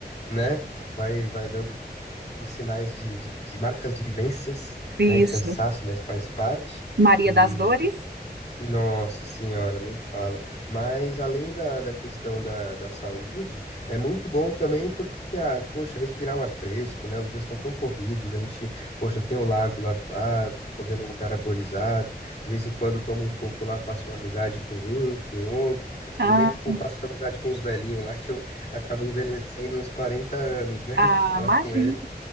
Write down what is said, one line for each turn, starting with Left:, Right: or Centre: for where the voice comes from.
Left: né? Vai, vai dando os sinais de, de, de marcas de vivências,
Right: Isso.
Left: né? E cansaço, mas faz parte.
Right: Maria
Left: E,
Right: das Dores?
Left: nossa senhora, nem fala. Mas além da, da questão da, da saúde, é muito bom também porque, ah, poxa, respirar um ar fresco, né? Os dias estão tão corridos, a gente, poxa, tem o lago lá do lado, correr num lugar arborizado, de vez em quando tomo um coco lá, faço uma amizade com um, com outro.
Right: Ah,
Left: Tudo bem que eu faço amizade com os velhinhos lá, que eu acabo envelhecendo uns 40 anos, né?
Right: Ah,
Left: <laughs> De falar
Right: imagino.
Left: com eles.